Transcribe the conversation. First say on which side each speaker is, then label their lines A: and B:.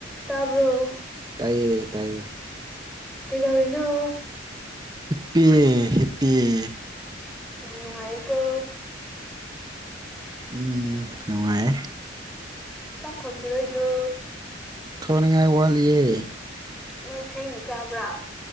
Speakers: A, in the centre; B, on the right (about 20°).
A: ꯇꯥꯕ꯭ꯔꯣ
B: ꯇꯥꯏꯌꯦ ꯇꯥꯏꯌꯦ
A: ꯀꯩꯗꯧꯔꯤꯅꯣ
B: ꯍꯤꯞꯄꯤ ꯍꯤꯞꯄꯤ ꯌꯦ
A: ꯌꯥꯝ ꯅꯨꯡꯉꯥꯏꯔꯦꯀꯣ
B: ꯎꯝ ꯅꯨꯡꯉꯥꯏꯌꯦ
A: ꯆꯥꯛ ꯊꯣꯡꯈꯤꯔꯣꯏꯗ꯭ꯔꯣ
B: ꯊꯣꯡꯅꯤꯡꯉꯥꯏ ꯋꯥꯠꯂꯤꯌꯦ
A: ꯅꯣꯏ ꯊꯦꯡꯅ ꯆꯥꯕ꯭ꯔꯥ